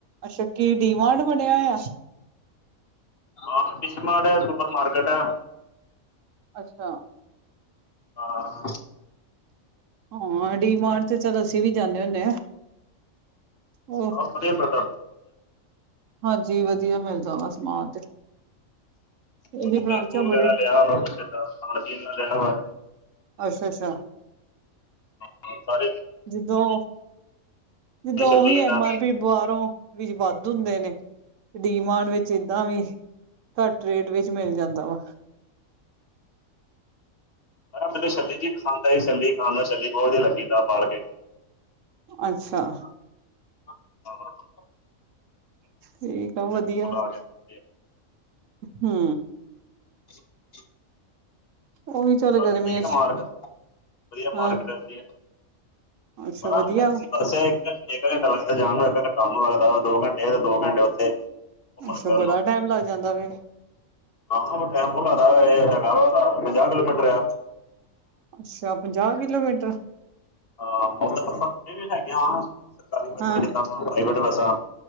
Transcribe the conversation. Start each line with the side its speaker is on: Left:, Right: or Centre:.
Right: ਅੱਛਾ ਕੀ ਡੀ ਮਾਰਟ ਬਣਿਆ ਹੋਇਆ।
Left: ਹਾਂ ਡੀ ਮਾਰਟ ਐ, ਸੂਪਰ ਮਾਰਕਟ ਐ।
Right: ਅੱਛਾ
Left: ਹਾਂ
Right: ਹਾਂ ਡੀ ਮਾਰਟ ਤੇ ਚੱਲ ਅਸੀਂ ਵੀ ਜਾਂਨੇ ਹੁੰਨੇ ਆਂ, ਹੋਰ
Left: ਪਰ ਵਧੀਆ ਲੱਗਦਾ।
Right: ਹਾਂਜੀ ਵਧੀਆ ਮਿਲ਼ ਜਾਂਦਾ ਸਮਾਨ ਤੇ
Left: ਕੁੱਝ
Right: ਇਹਦੀ
Left: ਸ਼ੈਮਪੁ
Right: ਬ੍ਰਾਂਚਾਂ
Left: ਵਗੈਰਾ
Right: ਬੜੇ
Left: ਲਿਆ ਵਾ ਬੱਚੇ ਦਾ, ਖਾਣ ਪੀਣ ਦਾ ਲਿਆ ਵਾ
Right: ਅੱਛਾ- ਅੱਛਾ
Left: <unintelligible> ਸਾਰੇ
Right: ਜਿਦੋਂ,
Left: ਛੱਲੀ
Right: ਜਿਦੋਂ ਉਹੀ
Left: ਏਦਾਂ
Right: ਐਮ ਆਰ ਪੀ ਬਾਹਾਰੋਂ ਵਿੱਚ ਵੱਧ ਹੁੰਦੇ ਨੇ ਡੀ ਮਾਰਟ ਵਿੱਚ ਏਦਾਂ ਵੀ ਘੱਟ ਰੇਟ ਵਿੱਚ ਮਿਲ ਜਾਂਦਾ ਵਾ
Left: ਪਰ ਆ ਮੈਨੂੰ ਛੱਲੀ ਜੀ ਪਸੰਦ ਆਈ, ਛੱਲੀ ਖਾਣ ਨੂੰ ਛੱਲੀ ਬਹੁਤ ਵਧੀਆ ਲੱਗੀ ਤਬਾਲ ਕੇ
Right: ਅੱਛਾ।
Left: ਹਾਂ, ਹਾਂ।
Right: ਠੀਕ ਆ ਵਧੀਆ,
Left: ਬੁਲਾ ਕੇ ਵਧੀਆ
Right: ਹੂ।
Left: <inaudible>
Right: ਉਹ ਵੀ ਚੱਲ
Left: ਬਾਕੀ
Right: ਗਰਮੀਆਂ
Left: ਠੀਕ ਆ
Right: ਚ
Left: ਮਾਰਕੀਟ, ਵਦੀਆ
Right: ਹਾਂ
Left: ਮਾਰਕੀਟ ਹੈ ਵਦੀਆ
Right: ਅੱਛਾ
Left: ਪਤਾ
Right: ਵਧੀਆ
Left: ਲੱਗਦਾ ਏ
Right: ਵਾ
Left: ਸੀ ਬਸ ਆ ਇੱਕ ਘੰਟਾ ਲੱਗਦਾ ਜਾਣ ਨੂੰ ਇੱਕ ਘੰਟਾ ਆਨ ਨੂੰ ਲੱਗਦਾ ਵਾ ਦੋ ਘੰਟੇ ਤੇ ਦੋ ਘੰਟੇ ਉੱਥੇ ਘੁੰਮਣ
Right: ਅੱਛਾ
Left: ਫਿਰਨ
Right: ਬੜਾ
Left: ਨੂੰ
Right: ਟਾਈਮ ਲੱਗ ਜਾਂਦਾ ਫੇਰ
Left: ਹਾਂ ਟੈਮ ਬਹੁਤ ਲੱਗਦਾ ਏ ਇਹ ਹੈਗਾ ਵਾ ਪੰਜਾਹ ਕਿਲੋਮੀਟਰ ਆ
Right: ਅੱਛਾ ਪੰਜਾਹ ਕਿਲੋਮੀਟਰ
Left: ਹਾਂ ਉਹ ਤਾਂ ਬੱਸਾਂ ਵੀ ਹੈਗੀਆਂ ਵ ਸਰਕਾਰੀ ਬੱਸਾਂ
Right: ਹਾਂ
Left: ਜਿੱਦਾਂ ਪ੍ਰਾਈਵੇਟ ਬੱਸਾਂ